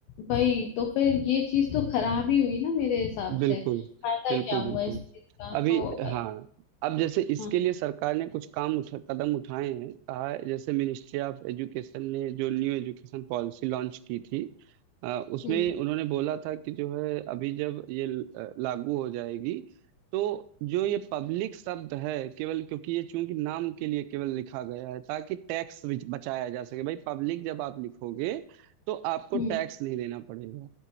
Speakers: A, on the left (about 90°); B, on the right (about 85°).
A: वही तो फिर ये चीज तो खराब ही हुई ना मेरे हिसाब
B: बिल्कुल
A: से फायदा
B: बिल्कुल
A: क्या हुआ
B: बिल्कुल
A: इस चीज का
B: अभी
A: तो अ,
B: हाँ अब जैसे इसके
A: हाँ,
B: लिए सरकार ने कुछ काम उठा कदम उठाए हैं कहा है, जैसे मिनिस्ट्री ऑफ एजुकेशन ने जो न्यू एजुकेशन पॉलिसी लॉन्च की थी अ, उसमें
A: हम्म
B: उन्होंने बोला था कि जो है अभी जब ये अ, लागू हो जाएगी तो जो ये पब्लिक शब्द है केवल क्योंकि ये चूंकि नाम के लिए केवल लिखा गया है ताकि टैक्स बचाया जा सके भाई पब्लिक जब आप लिखोगे तो आपको
A: हम्म
B: टैक्स नहीं देना पड़ेगा